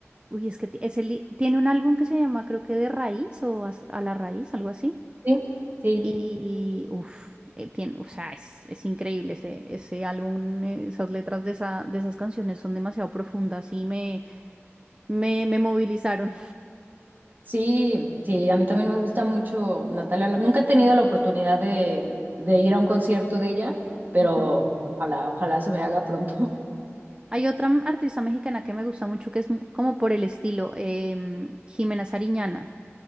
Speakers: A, on the right; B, on the right.
A: Uy, es que ti- ese li- tiene un álbum que se llama, creo que De Raíz o As- A, la Raíz, algo así.
B: sí, sí.
A: Y... uff, tiene... O sea, es, es increíble ese, ese álbum. eh, Esas letras de, esa, de esas canciones son demasiado profundas y me, me, me movilizaron.
B: Sí, sí, a mí también me gusta mucho Natalia. Lab- Nunca he tenido la oportunidad de, de ir a un concierto de ella, pero
A: <laughs>
B: ojalá, ojalá se me haga pronto. <laughs>
A: Hay otra m- artista mexicana que me gusta mucho que es m- como por el estilo, em, Jimena Sariñana.